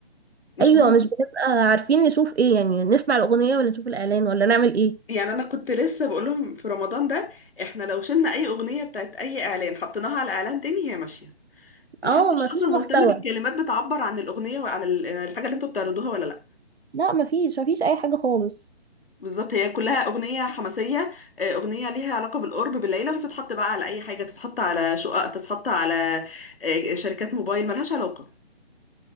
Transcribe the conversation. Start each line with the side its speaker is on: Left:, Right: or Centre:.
Left: مش
Right: أيوة
Left: مهم
Right: مش بنبقى عارفين نشوف إيه يعني نسمع الأغنية ولا نشوف الإعلان ولا نعمل إيه
Left: يعني انا كنت لسه بقول لهم في رمضان ده احنا لو شلنا اي اغنيه بتاعت اي اعلان حطيناها على اعلان تاني هي ماشيه محدش
Right: اه ما
Left: اصلا
Right: فيش
Left: مهتم
Right: محتوى
Left: بالكلمات بتعبر عن الاغنيه وعن ال- الحاجه اللي انتوا بتعرضوها ولا لا
Right: لا ما فيش ما فيش اي حاجه خالص
Left: بالظبط هي كلها أغنية حماسية آه، أغنية ليها علاقة بالقرب بالليلة وهي بتتحط بقى على أي حاجة تتحط على شقق تتحط على آه، شركات موبايل ملهاش علاقة